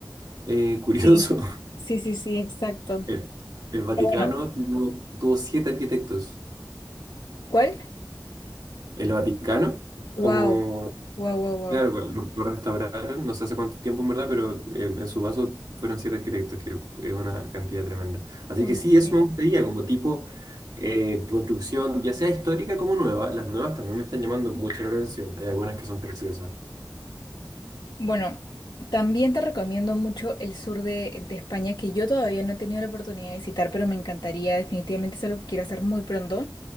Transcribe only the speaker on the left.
Sí,
sí, sí, sí, exacto.
Pero bueno,
¿cuál?
Wow,
wow, wow, wow.
Uy,
sí.
Bueno, también te recomiendo mucho el sur de, de España, que yo todavía no he tenido la oportunidad de visitar, pero me encantaría, definitivamente es algo que quiero hacer muy pronto.